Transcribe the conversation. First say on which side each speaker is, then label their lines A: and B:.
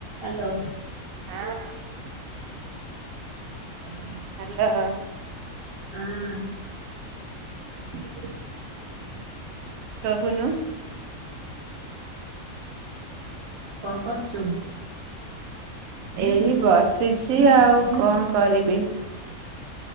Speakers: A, on the right; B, on the right.
A: Hello.
B: <unintelligible>
A: <unintelligible>
B: Hello.
A: ହଁ।
B: <unintelligible> କହୁନୁ।
A: ର୍କ କରୁଛୁ?
B: ଏଇ ବସିଛି ଆଉ କଣ କରିବି।